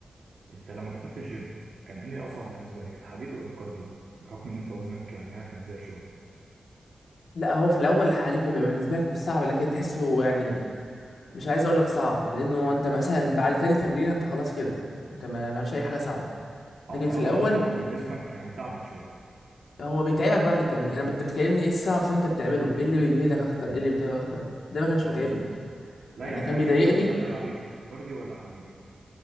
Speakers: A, on the right; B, on the left.
A: أنت لما دخلت الجيم كان إيه أصعب بالنسبة لك الحديد ولا الكارديو؟ بحكم إن أنت وزنك يعني ها كان زاد شوية
B: لا هو في الاول الحديد بيبقى بالنسبه لك مش صعب لكن تحسه يعني مش عايز اقول لك صعب لانه انت مثلا بعد تاني تمرين انت خلاص كده انت ما معكش اي حاجه صعبه لكن
A: أه أنت
B: في
A: أول
B: الاول
A: أسبوع بيكون جسمك يعني تعبك شوية
B: هو بيتعبك بعد التمرين انا انت بتكلمني ايه الصعب في انت بتعمله ايه اللي بيجهدك اكتر ايه اللي بيتعبك اكتر ده ما كانش
A: أه
B: بيتعبني
A: بالظبط لا
B: انا
A: يعني
B: كان
A: أنهي
B: بيضايقني
A: اللي كان أتقل عليك كارديو ولا حديد؟